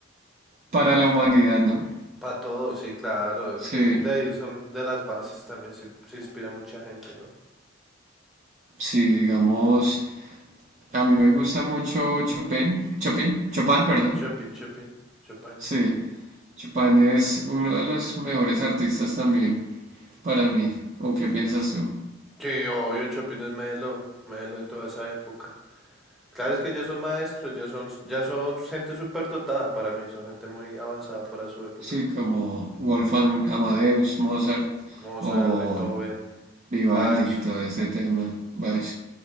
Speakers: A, on the right; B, in the centre.
A: para la humanidad, ¿no?
B: Para todo, sí, claro. Es
A: Sí,
B: que de ahí son de las bases también, se, se inspira mucha gente, ¿no?
A: sí, digamos, a mí me gusta mucho Chopin, Chopin, Chopin, perdón.
B: Chopin, Chopin, Chopin.
A: Sí, Chopin es uno de los mejores artistas también para mí. ¿O qué piensas tú?
B: Sí, obvio, Chopin es Melo, Melo de toda esa época. Claro, es que ya son maestros, ya son, ya son gente súper dotada para mí, son gente muy avanzada para su época.
A: Sí, como Wolfgang Amadeus, Mozart
B: Mozart,
A: o
B: Beethoven,
A: Vivaldi,
B: Bach,
A: todo este tema. Vaya,